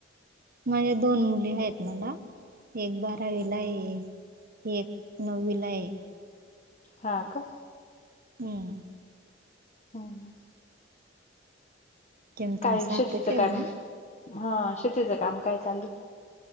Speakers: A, on the right; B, on the left.
A: माया दोन मुली आहेत मला एक बारावीला ये. एक नववीला आहे.
B: हा का?
A: हम.
B: हम हम.
A: जेमतेम
B: काय
A: सारखंच
B: शेतीचं
A: आहे
B: काम
A: बुवा.
B: हां शेतीचं काम काय चालू आये?